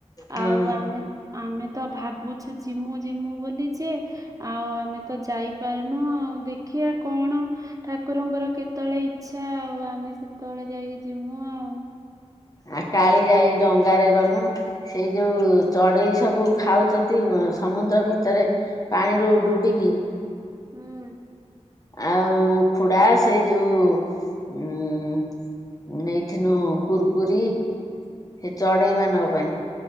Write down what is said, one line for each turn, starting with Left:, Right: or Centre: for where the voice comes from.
Left: ହଁ
Right: ଆଉ ଆମେ ଆମେ ତ ଭାବୁଛୁ ଯିମୁ ଯିମୁ ବୋଲି ଯେ ଆଉ ଆମେ ତ ଯାଇପାରୁନୁ, ଆଉ ଦେଖିବା କଣ ଠା ଠାକୁରଙ୍କର କେତେବେଳେ ଇଚ୍ଛା, ଆଉ ଆମେ ସେତେବେଳେ ଯାଇକି ଯିବୁ ଆଉ।
Left: ଆ କାଳିଜାଇ ଡଙ୍ଗାରେ ଗନୁ। ସେଇ ଯୋଉ ଚଢେଇ ସବୁ ଖାଉଛନ୍ତି ସମୁଦ୍ର ଭିତରେ। ପାଣିରୁ ଡୁବିକି।
Right: ହୁଁ।
Left: ଆଉ ଉଖୁଡା, ସେଇ ଯୋଉ ଉଁ ନେଇଥିଲୁ କୁୁରକୁରି, ସେ ଚଢେଇ ମାନଙ୍କ ପାଇଁ।